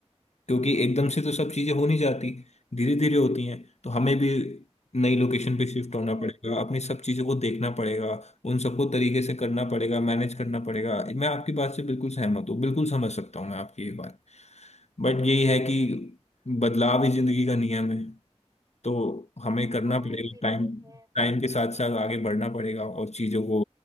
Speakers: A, on the left (about 70°); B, on the right (about 30°).
A: क्योंकि एकदम से तो सब चीजें हो नहीं जाती धीरे धीरे होती हैं तो हमें भी नई लोकेशन पे शिफ्ट होना
B: तो है
A: पड़ेगा अपनी सब चीजों को देखना पड़ेगा उन सबको तरीके से करना पड़ेगा मैनेज करना पड़ेगा मैं आपकी बात से बिल्कुल सहमत हूँ बिल्कुल समझ सकता हूँ मैं आपकी ये बात बट यही है कि बदलाव ही जिंदगी का नियम है तो हमें करना
B: हाँ
A: पड़ेगा
B: ये
A: टाइम
B: तो है
A: टाइम के साथ साथ आगे बढ़ना पड़ेगा और चीजों को